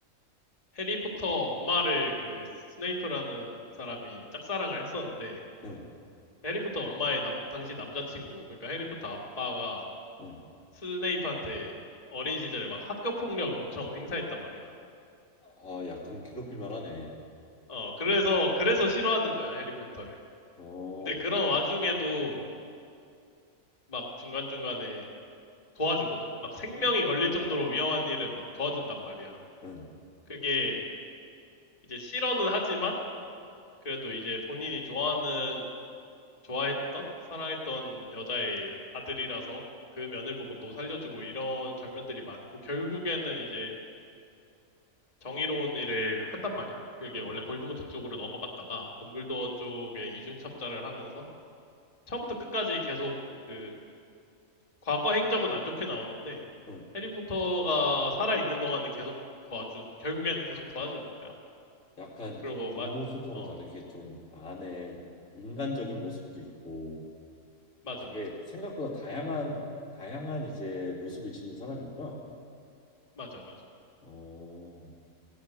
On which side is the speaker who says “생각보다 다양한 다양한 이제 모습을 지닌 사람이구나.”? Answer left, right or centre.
Left